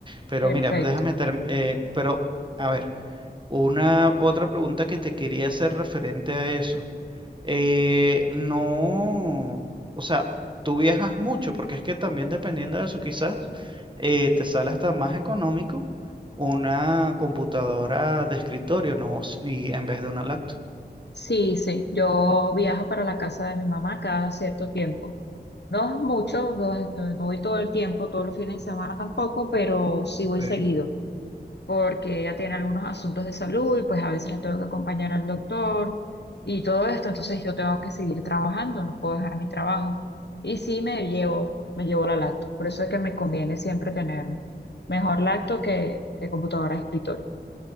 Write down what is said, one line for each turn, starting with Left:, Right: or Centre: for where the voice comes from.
Right: Pero
Left: Perfecto.
Right: mira, déjame term- eh, pero, a ver, una otra pregunta que te quería hacer referente a eso. Eh, no, o sea, tú viajas mucho, porque es que también dependiendo de eso, quizás eh, te sale hasta más económico una computadora de escritorio, ¿no? S- Y en vez de una laptop.
Left: Sí, sí, yo viajo para la casa de mi mamá cada cierto tiempo. No es mucho, no, no voy todo el tiempo, todos los fines de semana tampoco, pero sí voy
Right: Ok.
Left: seguido. porque ella tiene algunos asuntos de salud y pues a veces la tengo que acompañar al doctor y todo esto, entonces yo tengo que seguir trabajando, no puedo dejar mi trabajo. Y sí me llevo, me llevo la lacto, por eso es que me conviene siempre tener mejor lacto que, que computadora de escritorio.